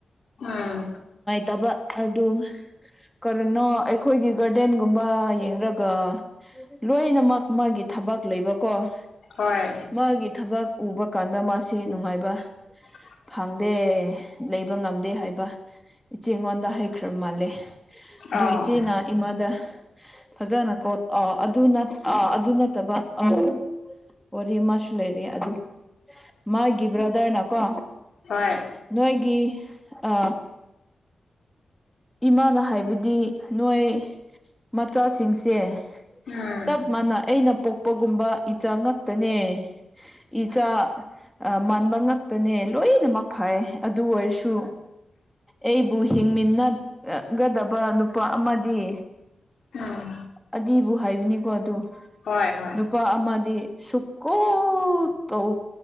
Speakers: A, on the left; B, in the centre.
A: ꯎꯝ
B: ꯇꯕ ꯑꯗꯨ ꯀꯔꯤꯅꯣ ꯑꯩꯈꯣꯏꯒꯤ ꯒꯔꯗꯦꯟꯒꯨꯝꯕ ꯌꯦꯡꯔꯒ ꯂꯣꯏꯅꯃꯛ ꯃꯥꯒꯤ ꯊꯕꯛ ꯂꯩꯕꯀꯣ
A: ꯍꯣꯏ
B: ꯃꯥꯒꯤ ꯊꯕꯛ ꯎꯕ ꯀꯥꯟꯗ ꯃꯥꯁꯦ ꯅꯨꯡꯉꯥꯏꯕ
A: <inaudible>
B: ꯐꯪꯗꯦ ꯂꯩꯕ ꯉꯝꯗꯦ ꯍꯥꯏꯕ ꯏꯆꯦꯉꯣꯟꯗ ꯍꯥꯢꯈ꯭ꯔ ꯃꯥꯜꯂꯦ꯫
A: ꯑꯥ
B: ꯑꯗꯨ ꯏꯆꯦꯅ ꯏꯃꯥꯗ ꯐꯖꯅ ꯀꯣꯠ ꯑ ꯑꯗꯨ ꯅꯠ ꯑꯥ ꯑꯗꯨ ꯅꯠꯇꯕ <inaudible> ꯋꯥꯔꯤ ꯃꯥꯁꯨ ꯂꯩꯔꯤ ꯑꯗꯨ ꯃꯥꯒꯤ ꯕ꯭ꯔꯗꯔꯅ ꯀꯣ
A: ꯍꯣꯏ
B: ꯅꯣꯏꯒꯤ ꯑ ꯏꯃꯥꯅ ꯍꯥꯏꯕꯗꯤ ꯅꯣꯏ ꯃꯆꯥꯁꯤꯡꯁꯦ
A: ꯎꯝ
B: ꯆꯞ ꯃꯅ ꯑꯩꯅ ꯄꯣꯛꯄꯒꯨꯝꯕ ꯏꯆꯥ ꯉꯛꯇꯅꯦ ꯏꯆꯥ ꯑ ꯃꯥꯟꯕ ꯉꯛꯇꯅꯦ ꯂꯣꯏꯅꯃꯛ ꯐꯩ ꯑꯗꯨ ꯑꯣꯏꯔꯁꯨ ꯑꯩꯕꯨ ꯍꯤꯡꯃꯤꯟꯅ ꯒꯗꯕ ꯅꯨꯄꯥ ꯑꯃꯗꯤ
A: ꯎꯝ
B: ꯑꯅꯤꯕꯨ ꯍꯥꯏꯕꯅꯤꯀꯣ ꯑꯗꯨ
A: ꯍꯣꯏ ꯍꯣꯏ
B: ꯅꯨꯄꯥ ꯑꯃꯗꯤ ꯁꯨꯀꯣꯇꯧ